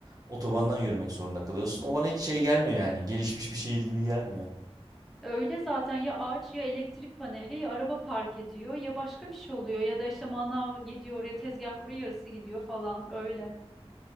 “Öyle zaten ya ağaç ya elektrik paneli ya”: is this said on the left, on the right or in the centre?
Centre